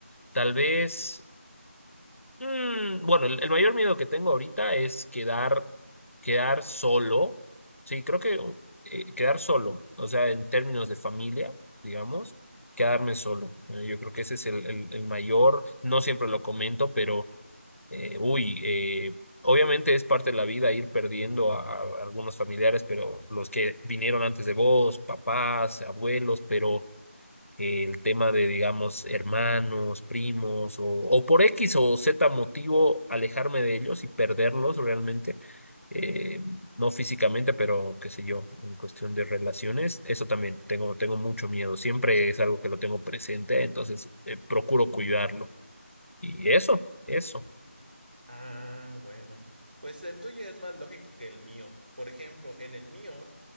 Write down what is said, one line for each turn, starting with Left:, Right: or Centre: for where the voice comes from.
Left: Tal vez. Mm, bueno, el, el mayor miedo que tengo ahorita es quedar, quedar solo. Sí, creo que eh, quedar solo, o sea, en términos de familia, digamos, quedarme solo. Eh, yo creo que ese es el, el- el mayor, no siempre lo comento, pero, eh, uy, eh, obviamente es parte de la vida ir perdiendo a, a algunos familiares, pero los que vinieron antes de vos, papás, abuelos, pero que el tema de, digamos, hermanos, primos, o, o por X o Z motivo, alejarme de ellos y perderlos realmente, eh, no físicamente, pero qué sé yo, en cuestión de relaciones, eso también, tengo, tengo mucho miedo, siempre es algo que lo tengo presente, entonces eh, procuro cuidarlo. Y eso, eso.
Right: Ah, bueno. Pues el tuyo es más lógico que el mío. Por ejemplo, en el mío,